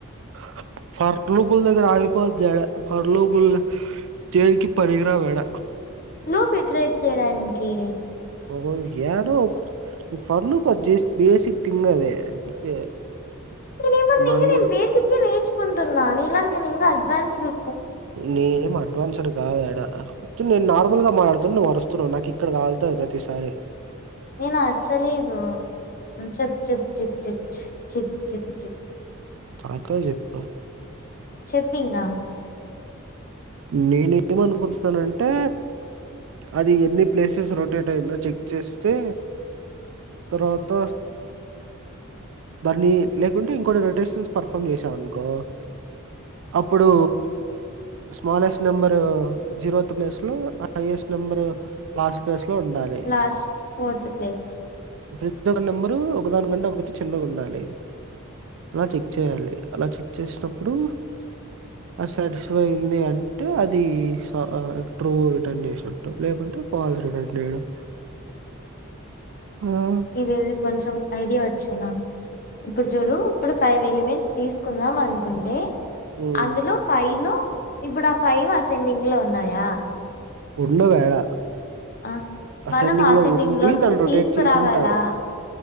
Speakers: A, on the right; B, on the left.
A: <unintelligible> ఫర్పుల్ దగ్గర ఆగిపోవద్దు యాడ ఫర్లోపుల్ దేనికీ పనికి రావు యాడ
B: లుపు ఇట్రేట్ చేయడానికి
A: ఒకొరు యాడో ఒక ఫర్ లు జస్ట్ బేసిక్ థింగ్ అదే అంతే
B: నిను ఎమన్నా
A: నన్ను
B: ఇంగా బేసిక్ ఏ నేర్చుకుంటున్నా నీ లాగ నిను అడ్వాన్స్ లు
A: నేను ఏమ్ అడ్వాన్స్డ్ రాదు యాడ తు నేను నార్మల్ గా మాట్లాడుతున్నాను నువ్వు అరుస్తున్నావు నాకు ఇక్కడ కాలుతాది ప్రతిసారి
B: నేను అరచలేదు ఆ చెప్ చెప్ చెప్ చెప్ చెప్ చెప్పు
A: తకా చెప్ప
B: చెప్పు ఇంగా
A: నేను ఏమ్ అనుకుంటున్నానంటే అది ఎన్ని ప్లేసెస్ రొ రొటేట్ అయిందో చెక్ చేస్తే తరువాత దాన్ని లేకుంటే ఇంకోటి రొటేషన్స్ పర్ఫామ్ చేసాం అనుకో అప్పుడు స్మాలెస్ట్ నెంబర్ జీరో ప్లేస్ లో హైయెస్ట్ నెంబర్ లాస్ట్ ప్లేస్ లో ఉండాలి
B: లాస్ట్ ఫోర్త్ ప్లేస్
A: ఇంకొక నెంబరు ఒకదాని కంటే ఒకటి చిన్నగా ఉండాలి అలా చెక్ చేయాలి అలా చె చేసినప్పుడు ఆ సాటిస్ఫై అయింది అంటే అది అది సో ట్రూ రిటర్న్ చేసినట్టు లేకుంటే ఫాల్స్ రిటర్న్ చేయడం <inaudible> అలా
B: ఇది ఇది కొంచెం ఐడియా వచ్చిందా ఇప్పుడు చూడు ఇప్పుడు ఫై ఫైవ్ ఎలిమెంట్స్ తీసుకుందాం అనుకుంటే
A: ఉమ్,
B: అందులో ఫైల్ ఇప్పుడు ఆ ఫైవ్ అసెండింగ్ లో ఉన్నాయా
A: ఉండవు యాడ
B: ఆ
A: అసెండింగ్
B: మనం ఆసెండింగ్
A: లో ఉండి
B: లోకి
A: దాన్ని రొటేట్
B: తీసుకురావాలా
A: చేసింటారు